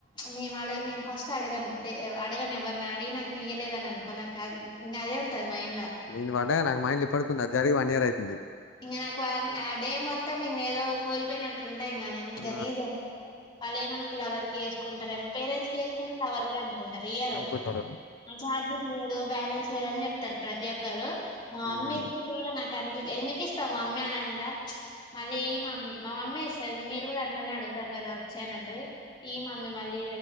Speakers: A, on the left; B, on the left.
A: మేమడ నేను ఫస్ట్ అడగన్ డే ఎ అడగనెవ్వర్ని అడిగినంక ఇయ్యలేదనన్ కొ నకద్ ఇంగదే ఉంటది మైండ్ల
B: నేను వడ్డగా నాక్ మైండ్ల ఇప్పుడీకుంది అది జరిగి వన్నియర్ అయితుంది
A: ఇంగ నాకు అద్ ఆ డే మొత్తం ఇంగేదో కోల్పోయిన ట్లుంటే ఏంగాదు గన్
B: ఆ
A: గలీజ్గ అంతే వాళ్లేమన్కు లవర్ కి ఏసి కొంటరేమో పేరెంట్స్కి చేసుకున్న లవర్కే అనుకుంటరు ఇయ్యరు
B: అనుకుంటారు
A: అ ఛార్జింగ్ లేదు బ్యాలెన్స్ లేదన్జెప్తరు ప్రతీ ఒక్కరు మా
B: ఉమ్
A: అమ్మీ ఇచ్చింది గూడ న దానికి ఎందుకిస్తవ్ మమ్మీ అనండ చ్ మళ్ళీయ్యి మమ్మీ మా మమ్మే ఇస్తది మీరు గూడ అట్లనే అడుగుతరు గదా వచ్చి అనంటది ఇయ్యి మమ్మీ మళ్ళీ